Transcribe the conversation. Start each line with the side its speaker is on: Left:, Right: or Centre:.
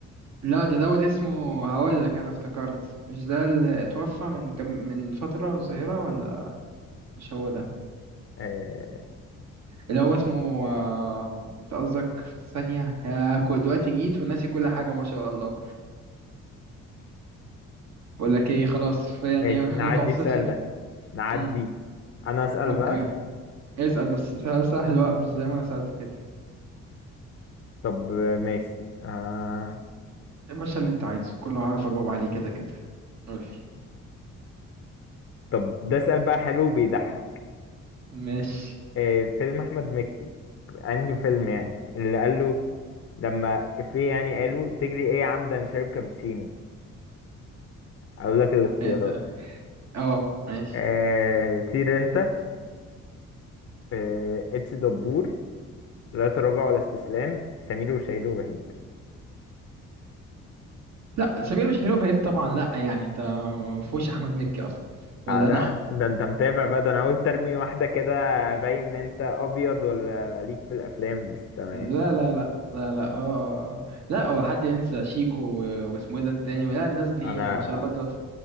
Right: لا ده دوت اسمه هقول لك انا افتكرت مش ده اللي اتوفى من كم من فترة صغيرة ولا مش هو ده
Left: آه
Right: اللي هو اسمه آه، انت قصدك في ثانية يا كو- دلوقتي جيت وناسي كل حاجة ما شاء الله بقول لك ايه خلاص في يعني
Left: ماشي
Right: <laughs>
Left: نعدي
Right: ما تحصلش
Left: السؤال
Right: في
Left: ده نعدي
Right: مم.
Left: انا اسأل
Right: اوكي
Left: بقى
Right: اسأل بس سؤال سهل بقى مش زي ما انا سألت كده
Left: طب آه، ماشي آه
Right: يا باشا اللي انت عايزه كله هعرف اجاوب عليه كده كده قولي
Left: طب ده سؤال بقى حلو بيضحك
Right: ماشي
Left: آه، فيلم احمد مكي انهي فيلم يعني اللي قال له لما في يعني قالوا تجري ايه يا عمدا انا شارب كابتشينو اقول لك الاختيارات
Right: <laughs> اه ماشي
Left: أه... طير انت أه... اتش دبور لا تراجع ولا استسلام سمير وشهير وبهير
Right: لا سمير وشهير وبهير طبعا لا يعني انت ما فيهوش احمد مكي اصلا ولا
Left: ده
Right: انا <laughs>
Left: ده انت متابع بقى ده انا قلت ارمي واحده كده باين ان انت ابيض ولا ليك في الافلام بس تمام
Right: لا لا لا لا لا اه آه، آه. لا هو حد ينسى شيكو و- واسمه ايه ده التاني لا الناس دي
Left: انا
Right: ما شاء الله دلوقتي